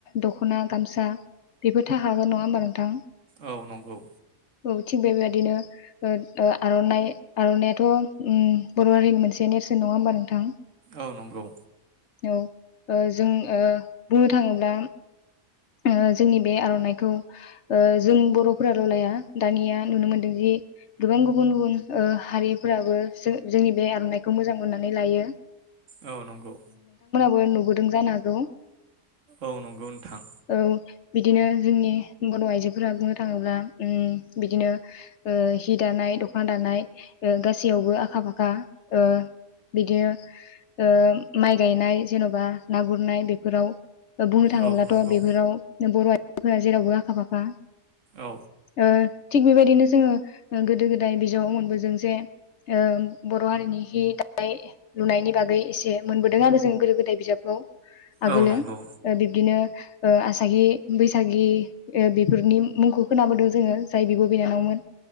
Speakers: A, on the left; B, on the right.
A: दखना गामसा बेबो था हागोन नङा होमबा नोंथां
B: औ नंगौ
A: औ थिग बे बेबायदिनो ओ आरनाइ आरनाइाथ उम बर हारिनि मोनसे नेरसोन नङा होमबा नोंथां
B: औ नंगौ
A: ओ जोंओ बुंनो थाङोब्ला ओ जोंनि बे आरनाइखौ ओ जों बरफोराल लाया दानिया नुनो मोनदों जि गोबां गुबुन गुबुन ओ हारिफोराबो जोंनि बे आरनाइखौ मोजां मोननानै लायो।
B: औ नंगौ
A: बो नुबोदों जानो हागौ
B: औ नंगौ नोंथां
A: औ बिदिनो जोंनि बर आइजोफोरा बुंनो थाङोब्ला उम बिदिनो ओ हि दानाय, दखना दानाय ओ गासैयावबो आखा फाखा ओ बिदिनो ओ माइ गायनाय जेनबा ना गुरनाय बेफोराव बुंनो थाङोब्लाथ
B: औ नंगौ
A: बर‌ आइजोफोरा जेरावबो आखा फाखा
B: औ
A: ओ थिग बेबायदिनो जोङो गोदो गोदाय बिजाबाव मोनबोदों जे ओ बर हारिनि हि दानाय लुनायनि बागै एसे मोनबोदों आरो जोङो गोदो गोदाय बिजाबखौ आगोलो
B: औ नंगौ
A: बिब्दिनो ओ आसागि बैसागि ओ बेफोरनि मुंखौ खोनाबोदों जोङो जाय बिब बिनानावमोन